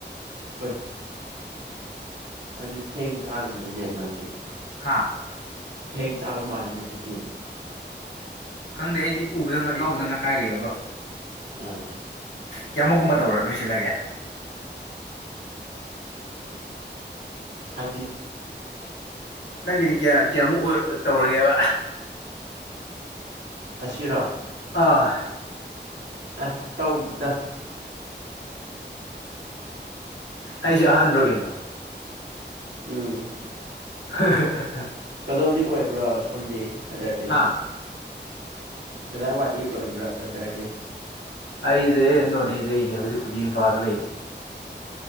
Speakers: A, on the right; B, on the left.
A: ꯍꯣꯏ ꯑꯗꯨ ꯊꯦꯡ ꯆꯥꯔꯅꯤꯅꯦ ꯅꯪꯗꯤ
B: ꯍꯥꯥ
A: ꯊꯦꯡ ꯆꯥꯕ ꯃꯥꯜꯂꯤꯅꯦ ꯑꯗꯨꯗꯤ
B: ꯈꯪꯗꯦ ꯑꯩꯗꯤ ꯎꯕꯗ ꯌꯥꯎꯕꯗ ꯉꯥꯏꯔꯤꯀꯣ
A: ꯎꯝ
B: ꯀꯌꯥꯃꯨꯛꯀꯨꯝꯕ ꯇꯧꯔ ꯂꯣꯏꯁꯤꯜꯂꯒꯦ
A: ꯍꯥꯏꯗꯤ
B: ꯅꯪꯒꯤꯗꯤ ꯀꯌꯥ ꯀꯌꯥꯃꯨꯛ ꯇꯧꯔꯒꯦꯕ
A: ꯑꯁꯤꯔꯥ
B: ꯑꯥ
A: ꯑ ꯇꯧꯗꯦꯗ
B: ꯑꯩꯁꯦ ꯑꯍꯥꯟꯕ꯭ꯔ ꯀꯩꯅꯣ
A: ꯎꯝ
B: <unintelligible>
A: ꯀꯗꯣꯝꯗꯩꯩ ꯑꯣꯏꯕ꯭ꯔꯣ ꯁꯣꯝꯗꯤ ꯕ꯭ꯔ꯭ꯗꯔꯗꯤ
B: ꯍꯥ
A: ꯀꯗꯥꯏ ꯋꯥꯏꯗꯒꯤ ꯑꯣꯏꯕ꯭ꯔꯥ ꯕ꯭ꯔꯗꯔꯗꯤ
B: ꯑꯩꯁꯦ ꯅꯣꯅꯦꯗꯩꯅꯦ ꯍꯧꯖꯤꯛꯄꯨꯗꯤ ꯏꯝꯐꯥꯜꯗ ꯂꯩꯌꯦ